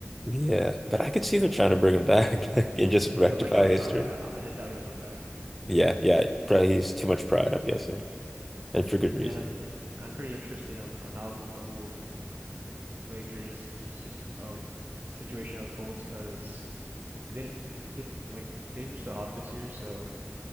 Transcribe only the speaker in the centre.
Yeah, but I could see them trying to bring him back <laughs> like and just rectify
history.
Yeah, yeah, probably he's too much pride, I'm guessing, and for good reason.